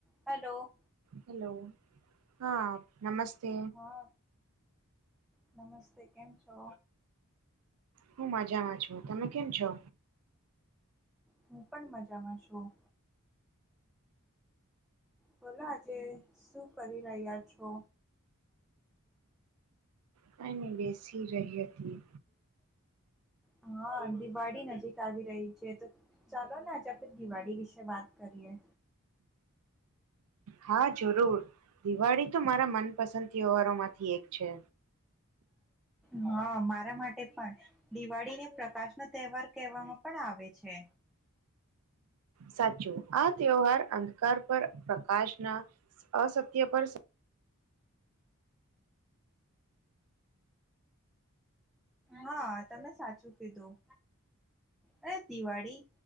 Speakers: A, in the centre; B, on the right.
A: Hello.
B: Hello હા નમસ્તે
A: હા નમસ્તે કેમ છો?
B: હું મજામાં છું તમે કેમ છો?
A: હું પણ મજામાં છું. બોલો આજે શું કરી રહ્યા છો
B: કાઈ નહી બેસી રહી હતી
A: હમ્મ હા દિવાળી નજીક આવી રહી છે તો ચાલો ને આજે આપણે દિવાળી વિશે વાત કરીએ
B: હા જરૂર દિવાળી તો મારા મનપસંદ તહેવારો માંથી એક છે.
A: હા મારા માટે પણ દિવાળી ને પ્રકાશ નો તહેવાર કહેવામાં પણ આવે છે.
B: સાચું આ તહેવાર અંધકાર પર પ્રકાશના અસત્ય પર સ
A: હા તમે સાચું કીધું અને દિવાળી